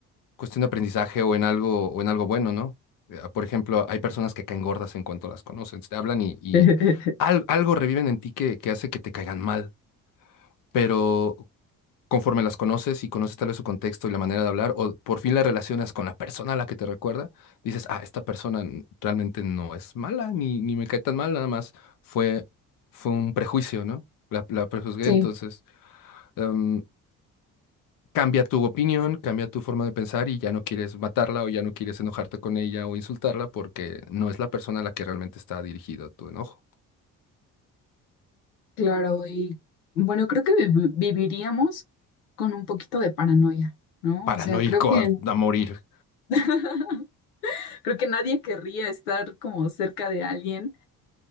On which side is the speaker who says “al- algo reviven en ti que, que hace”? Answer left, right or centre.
Left